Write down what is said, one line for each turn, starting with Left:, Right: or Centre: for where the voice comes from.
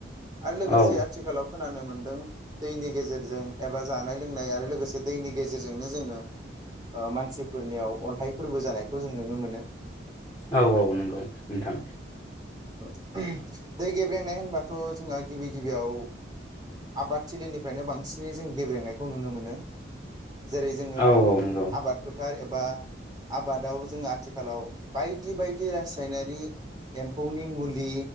Right: आरो लोगोसे
Left: ओं
Right: आथिखालाव खोनानो मोन्दों दैनि गेजेरजों एबा जानाय लोंनाय आरो लोगोसे दैनि गेजेरजोंनो जोङो मानसिफोरनियाव अन्थाइ फोरबो जानायखौ जों नुनो मोनो
Left: औ औ नंगौ नोंथां
Right: <unintelligible> दै गेब्रेंनाय होनबाथ' जोंहा गिबि गिबियाव आबादथिलिनिफ्रायनो बांसिनै जों गेब्रेंनायखौ नुनो मोनो जेरै जोङो
Left: औ औ नंगौ
Right: आबाद फोथार एबा बा आबादाव जोङो आथिखालाव बायक बायदि बायदि रासायनारि एम्फौनि मुलि